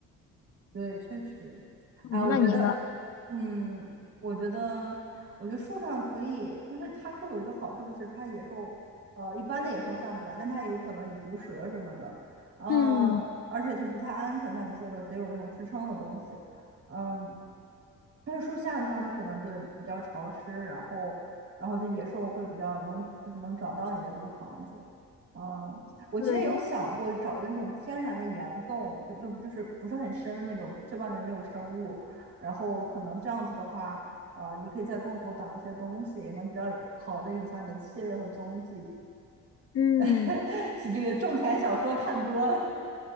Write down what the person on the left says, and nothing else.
嗯，
那你呢？
嗯
对，
嗯，